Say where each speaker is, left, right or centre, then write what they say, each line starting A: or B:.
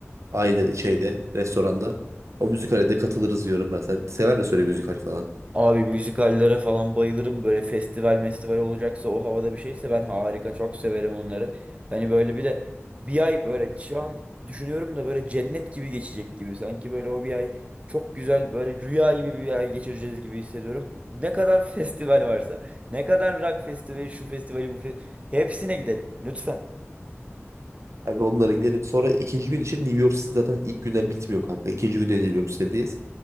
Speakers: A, on the right; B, on the right.
A: Aynı şeyde restoranda. O müzikale de katılırız diyorum ben. Sen sever misin öyle müzikal falan?
B: Abi müzikallere falan bayılırım. Böyle festival festival olacaksa o havada bir şeyse ben harika çok severim onları. Hani böyle bir de bir ay böyle şu an düşünüyorum da böyle cennet gibi geçecek gibi. Sanki böyle o bir ay çok güzel böyle rüya gibi bir ay geçireceğiz gibi hissediyorum. Ne kadar <laughs> festival varsa ne kadar rock festivali şu festivali bu fe- hepsine gidelim lütfen.
A: Kanka onlara gidelim. Sonra ikinci gün için New York City zaten ilk günden bitmiyor kanka. İkinci günde New York City'deyiz.